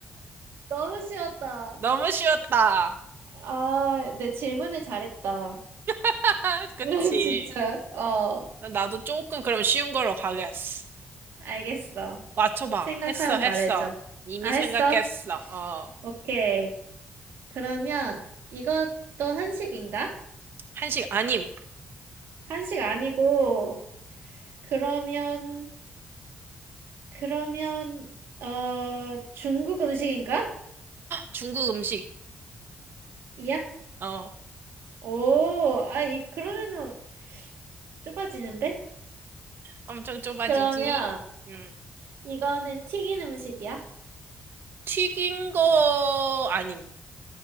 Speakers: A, on the right (about 80°); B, on the right (about 60°).
A: 너무 쉬웠다.
B: 너무 쉬웠다.
A: 아, 내 질문을 잘했다.
B: <laughs> 그치?
A: <laughs> 진짜. 어,
B: 나도 조금 그럼 쉬운 걸로 가겠어.
A: 알겠어.
B: 맞춰봐.
A: 생각하면
B: 했어, 했어.
A: 말해줘.
B: 이미
A: 아, 했어?
B: 생각했어. 어.
A: 오케이. 그러면 이것도 한식인가?
B: 한식 아님.
A: 한식 아니고, 그러면, 그러면, 어, 중국 음식인가?
B: 중국 음식.
A: 이야?
B: 어.
A: 오, 아, 이, 그러면은 좁아지는데?
B: 엄청 좁아지지.
A: 그러면
B: 음.
A: 이거는 튀긴 음식이야?
B: 튀긴 거 아님.